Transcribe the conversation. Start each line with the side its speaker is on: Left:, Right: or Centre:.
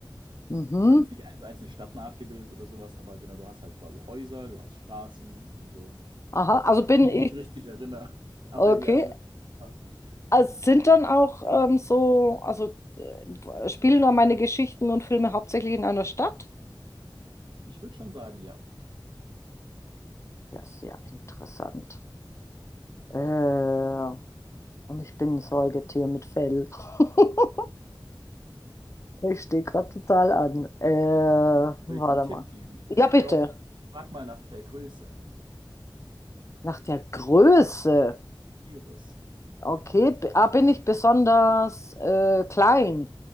Left: Mhm.
Right: Also jetzt nicht eins zu eins eine Stadt nachgebildet oder sowas, aber genau, du hast halt quasi Häuser, du hast Straßen und so.
Left: Aha, also bin
Right: Wenn
Left: ich,
Right: ich mich richtig erinnere. <laughs> Aber
Left: okay.
Right: ja, mit schon passen.
Left: Also sind dann auch ähm, so, also äh, spielen da meine Geschichten und Filme hauptsächlich in einer Stadt?
Right: Ich würde schon sagen, ja.
Left: Das ist Ja, sehr interessant. Äh, und ich bin ein Säugetier mit Fell. <laughs> Ich stehe gerade total an. Äh, warte
Right: Soll ich dir einen Tipp
Left: mal.
Right: geben?
Left: Ja, bitte.
Right: Schau, frag mal nach der Größe
Left: Nach der Größe.
Right: ihres.
Left: Okay, b- ah, bin ich besonders äh, klein?